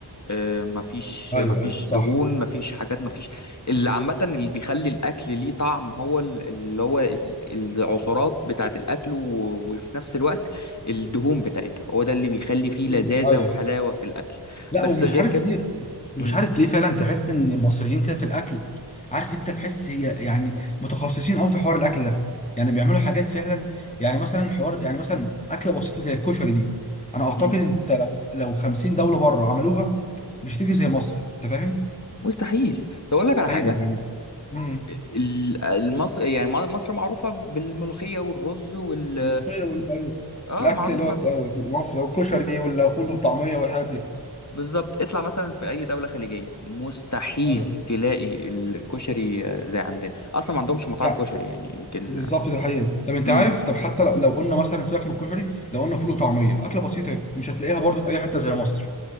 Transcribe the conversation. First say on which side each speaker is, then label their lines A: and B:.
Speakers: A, on the left; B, on the left.
A: آه، مفيش
B: ايوه
A: مفيش
B: ايوه صح
A: دهون مفيش حاجات مفيش اللي عامة اللي بيخلي الأكل ليه طعم هو ال- اللي هو ال- العصارات بتاعة الأكل و- وفي نفس الوقت الدهون بتاعتها هو ده اللي بيخلي فيه لذاذة
B: مم. ايوه
A: وحلاوة في الأكل
B: لا
A: بس
B: ومش
A: غير
B: عارف
A: كده
B: ليه مش
A: مم.
B: عارف ليه فعلا تحس ان المصريين كده في الاكل عارف انت تحس هي يعني متخصصين قوي في حوار الاكل ده يعني بيعملوا حاجات فعلا يعني مثلا حوار يعني مثلا اكله بسيطه زي الكشري دي انا اعتقد
A: مم.
B: انت لو لو 50 دوله بره عملوها مش هتيجي زي مصر انت فاهم
A: مستحيل تقول لك على
B: ايوه
A: حاجة
B: يعني امم
A: ال- المصر يعني مصر معروفة بالملوخية والرز وال
B: الملوخيه وال- أيوة.
A: اه
B: الاكل
A: معروفة
B: اللي هو
A: بيه
B: مصر والكشري والفول والطعميه والحاجات دي
A: بالظبط اطلع مثلا في اي دوله خليجيه مستحيل
B: ايوه
A: تلاقي ال- الكشري آه، زي عندنا اصلا ما عندهمش مطاعم
B: يعني
A: كشري يعني يمكن
B: بالظبط ده حقيقة طب انت
A: امم
B: عارف طب حتى لو لو قلنا مثلا سيبك من الكشري لو قلنا فول وطعمية أكلة بسيطة اهي، مش هتلاقيها برضه في أي حتة زي مصر